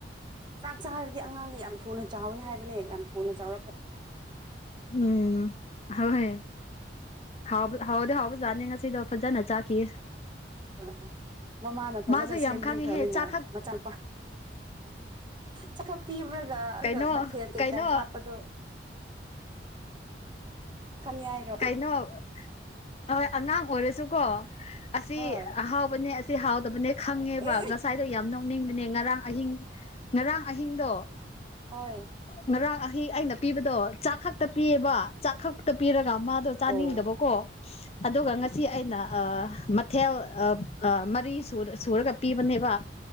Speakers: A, on the right (about 25°); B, on the left (about 35°).
A: ꯆꯥꯛ ꯆꯥꯔꯗꯤ ꯑꯉꯥꯡꯗꯤ ꯌꯥꯝ ꯊꯨꯅ ꯆꯥꯎꯋꯤ ꯍꯥꯏꯕꯅꯦ ꯌꯥꯝ ꯊꯨꯅ ꯆꯥꯎꯔꯛꯀꯅꯤ
B: ꯎꯝ ꯍ ꯍꯣꯏ ꯍꯥꯎꯕ ꯍꯥꯎꯗꯤ ꯍꯥꯎꯕꯖꯥꯠꯅꯤ ꯉꯁꯤꯗꯣ ꯐꯖꯅ ꯆꯥꯈꯤꯌꯦ
A: ꯑ ꯃꯃꯥꯅ ꯐꯖꯅ
B: ꯃꯥꯁꯨ
A: ꯁꯦꯝꯕꯤꯈ꯭ꯔꯅꯤꯅ
B: ꯌꯥꯝ ꯈꯪꯉꯤꯍꯦ ꯆꯥꯛ ꯈꯛ
A: ꯃꯆꯥꯅꯨꯄꯥ ꯆꯈꯞꯄꯤꯕ꯭ꯔꯒ ꯑꯗꯨꯒ
B: ꯀꯩꯅꯣ
A: ꯃꯊꯦꯜ ꯀꯩꯀꯥꯏ
B: ꯀꯩꯅꯣ
A: ꯍꯥꯞꯄꯗꯣ ꯀꯟꯌꯥ ꯍꯥꯏꯔꯣ
B: ꯀꯩꯅꯣ ꯍꯣꯏ ꯑꯉꯥꯡ ꯑꯣꯏꯔꯁꯨꯀꯣ ꯑꯁꯤ
A: ꯍꯣꯏ
B: ꯑꯍꯥꯎꯕꯅꯦ ꯑꯁꯤ ꯍꯥꯎꯗꯕꯅꯦ ꯈꯪꯉꯦꯕ
A: ꯑꯦ
B: ꯉꯁꯥꯏꯗꯣ ꯌꯥꯝ ꯅꯣꯛꯅꯤꯡꯕꯅꯦ ꯉꯔꯥꯡ ꯑꯍꯤꯡ ꯉꯔꯥꯡ ꯑꯍꯤꯡꯗꯣ
A: ꯍꯣꯏ
B: ꯉꯔꯥꯡ ꯑꯍꯩ ꯑꯩꯅ ꯄꯤꯕꯗꯣ ꯆꯥꯛ ꯈꯛꯇ ꯄꯤꯌꯦꯕ ꯆꯥꯛ ꯈꯛꯇ ꯄꯤꯔꯒ ꯃꯥꯗꯣ ꯆꯥꯅꯤꯡꯗꯕꯀꯣ
A: ꯑꯣ
B: ꯑꯗꯨꯒ ꯉꯁꯤ ꯑꯩꯅ ꯃꯊꯦꯜ ꯃꯔꯤ ꯁꯨꯔꯒ ꯄꯤꯕꯅꯦꯕ